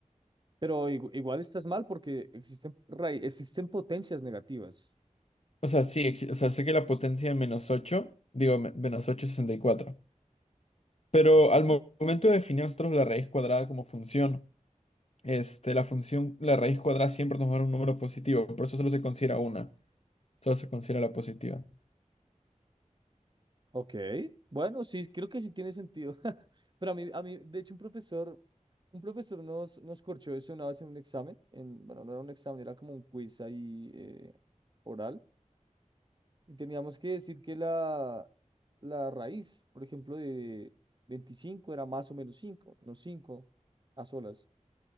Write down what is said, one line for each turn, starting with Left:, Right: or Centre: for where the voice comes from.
Right: pero igu- igual estás mal porque existen, raí- existen potencias negativas.
Left: O sea, sí, ex- o sea, sé que la potencia de menos 8 digo, me- menos 8 es sesenta y cuatro, Pero
Right: Ajá.
Left: al mo- momento de definir nosotros la raíz cuadrada como función, este, la función, la raíz cuadrada siempre nos va a dar un número positivo, por eso solo se considera una, solo se considera la positiva.
Right: Ok, bueno, sí, creo que sí tiene sentido. <laughs> Pero a mí, a mí, de hecho, un profesor Un profesor nos, nos corchó eso una vez en un examen, en, bueno, no era un examen, era como un quiz ahí eh, oral, y teníamos que decir que la, la raíz, por ejemplo, de 25 era más o menos cinco no 5 a solas,